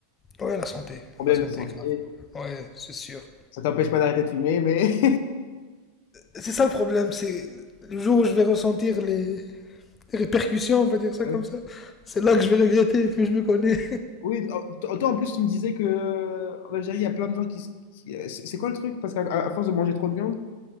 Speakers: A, on the left; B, on the left.
A: Ouais, la santé.
B: Problème
A: La santé,
B: de santé,
A: grave. Ouais, c'est sûr.
B: ça t'empêche pas d'arrêter de fumer, mais.
A: C'est ça le problème, c'est le jour où je vais ressentir les les répercussions, on va dire ça
B: <laughs>
A: comme ça, c'est là que je vais regretter, mais je me connais.
B: Oui, euh, toi en plus tu me disais que euh, en Algérie il y a plein de gens qui, s- qui- euh, c'est c'est quoi le truc? Parce qu'à à à force de manger trop de viande,